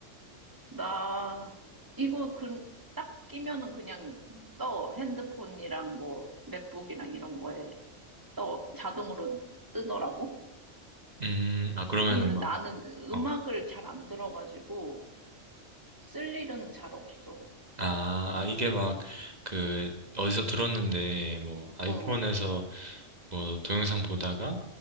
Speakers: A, on the right; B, on the right.
A: 나, 이거, 그, 딱 끼면은 그냥 떠. 핸드폰이랑 뭐, 맥북이랑 이런 거에 떠. 자동으로 뜨더라고.
B: 음, 아, 그러면은
A: 근데
B: 막,
A: 나는 음악을
B: 어.
A: 잘 안 들어가지고, 쓸 일은 잘 없어.
B: 아, 아, 이게 막, 그, 어디서 들었는데, 뭐, 아이폰에서
A: 어,
B: 뭐 동영상 보다가